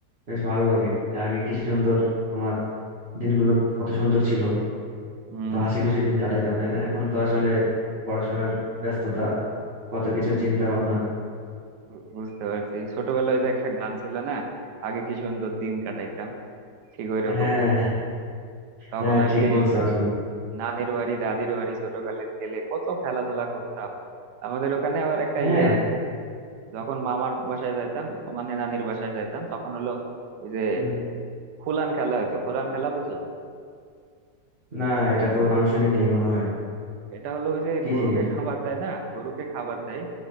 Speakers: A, on the right; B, on the right.
A: বেশ ভালো লাগে যে আগে কি সুন্দর তোমার দিনগুলো কত সুন্দর ছিল
B: উম
A: কত হাসি খুশি দিন কাটাইতাম তাই না এখন তো আসলে পড়াশোনার ব্যস্ততা কত কিছু চিন্তা ভাবনা
B: বু- বুঝতে পারছি ছোটবেলায় যে একটা গান ছিল না আগে কি সুন্দর দিন কাটাইতাম ঠিক ওই রকমই
A: হ্যাঁ
B: তখন
A: হ্যাঁ
B: আর
A: ঠিক
B: কি
A: বলছো আসলে
B: নানির বাড়ি দাদির বাড়ি ছোটকালে গেলে কত খেলাধুলা করতাম আমাদের ওখানে আবার একটা
A: হ্যাঁ
B: ইয়ে হইতো যখন মামার বাসায় যাইতাম মানে নানির বাসায় যাইতাম তখন হলো ওই যে
A: হুম।
B: খুলান খেলা হইতো খুলান খেলা বুঝো
A: না এটা তো নাম শুনি নাই মনে হয়
B: এটা হলো ওই যে
A: কি
B: গরুকে
A: জিনিস এটা?
B: খাবার দেয় না গরুকে খাবার দেয়